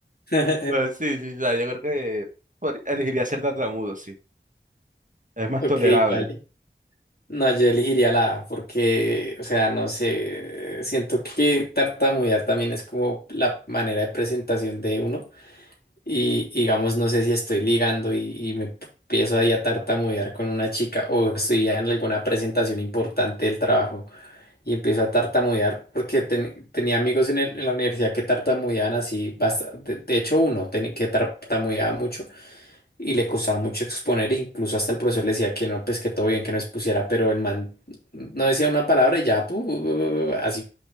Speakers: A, on the left; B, on the right.
A: <laughs>
B: Pero sí, sí, o sea, yo creo que por- elegiría ser tartamudo, sí. Es más
A: Ok,
B: tolerable.
A: vale. No, yo elegiría la A porque, o sea, no sé, siento que tartamudear también es como la manera de presentación de uno y y digamos, no sé si estoy ligando y, y me p- empiezo ahí a tartamudear con una chica o estoy ya en alguna presentación importante del trabajo y empiezo a tartamudear porque ten- tenía amigos en, el- en la universidad que tartamudeaban así, basta- de, de hecho uno ten- que tartamudeaba mucho. Y le costaba mucho exponer, e incluso hasta el profesor le decía que no, pues que todo bien, que no expusiera, pero el man no decía una palabra y ya, pu- pu- pu- pu- así.